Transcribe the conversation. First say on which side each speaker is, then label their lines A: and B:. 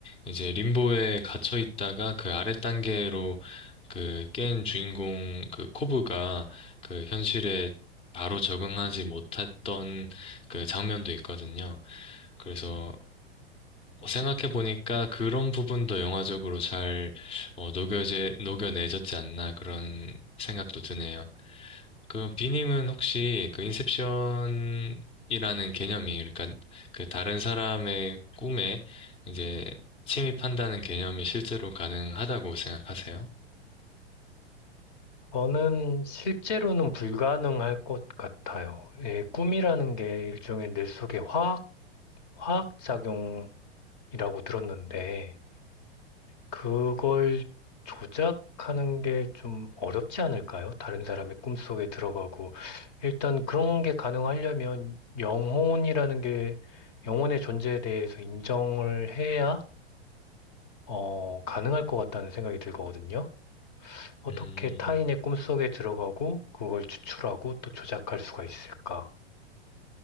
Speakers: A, on the left (about 20°); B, on the left (about 40°).
A: 이제 림보에 갇혀 있다가 그 아래 단계로 그 깬 주인공 그 코브가 그 현실에 바로 적응하지 못했던 그 장면도 있거든요. 그래서 생각해 보니까 그런 부분도 영화적으로 잘 어, 녹여제, 녹여내졌지 않나 그런 생각도 드네요. 그 비님은 혹시 그 인셉션이라는 개념이 그러니까 그 다른 사람의 꿈에 이제 침입한다는 개념이 실제로 가능하다고 생각하세요?
B: 저는 실제로는 불가능할 것 같아요. 예, 꿈이라는 게 일종의 뇌 속의 화학, 화학작용이라고 들었는데, 그걸 조작하는 게 좀 어렵지 않을까요? 다른 사람의 꿈속에 들어가고. 일단 그런 게 가능하려면 영혼이라는 게, 영혼의 존재에 대해서 인정을 해야, 어, 가능할 것 같다는 생각이 들거든요. 어떻게
A: 음.
B: 타인의 꿈속에 들어가고 그걸 추출하고 또 조작할 수가 있을까?